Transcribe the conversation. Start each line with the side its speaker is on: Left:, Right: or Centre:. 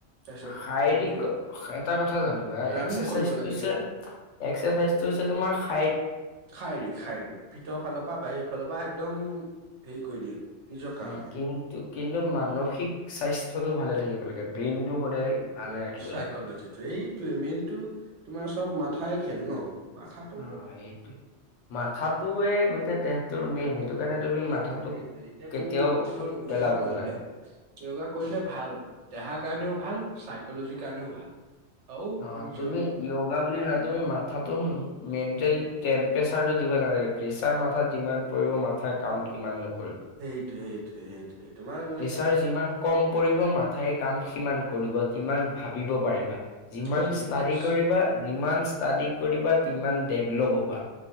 Right: তাৰপিছত
Left: শাৰীৰিক
Right: তুমি
Left: এটা কথা জানিবা
Right: ৰানিং
Left: এক্সাৰচাইজ
Right: কৰিব
Left: টো
Right: লাগে
Left: হৈছে এক্সাৰচাইজটোত, হৈছে তোমাৰ খা
Right: শাৰীৰিক শাৰীৰিক ভিতৰ ফালৰ পৰা বাহিৰ ফালৰ পৰা একদম হেৰি কৰি দিয়ে, নিজৰ কাৰণে
Left: উম কিন্তু কিন্তু মানসিক স্বাস্থ্যটো ভালে থাকিব লাগে ব্ৰেইনটো সদায় ভালে ৰাখিব
Right: চাইকলজিটো
Left: লাগে
Right: এইটোৱে মেইনতটো তোমাৰ চব মাথাই খেল ন মাথাটো
Left: অ এইটোৱে মাথাতোৱে গোটেই দেহটোৰ মেইন কাৰণে তুমি
Right: সেইটোৱে
Left: মাথাটোক
Right: সেইটোৱে এতিয়া
Left: কেতিয়াও
Right: তুমি ধৰ য়োগা
Left: পেলাব
Right: কৰিলে
Left: নালাগে
Right: য়োগা কৰিলে ভাল। দেহাৰ কাৰণেও ভাল চাইকলজিৰ কাৰণেও ভাল। আৰু
Left: অ
Right: নিজৰ
Left: তুমি য়োগা বুলি নহয় তুমি মাথাত মেণ্টেলি টেম্পৰেচাৰটো দিব নালাগে প্ৰেচাৰ মাথাত যিমান পৰিব মাথা কাম কিমান কৰিব
Right: সেইটোৱে সেইটোৱে সেইটোৱে তোমাৰ মানে
Left: প্ৰেচাৰ যিমান কম পৰিব মাথাই কাম সিমান কৰিব কিমান ভাবিব পাৰিবা। যিমান
Right: সেইটোৱে
Left: ষ্টাডি
Right: পিছ
Left: কৰিবা যিমান ষ্টাডি কৰিবা সিমান ডেভল'প হ'বা।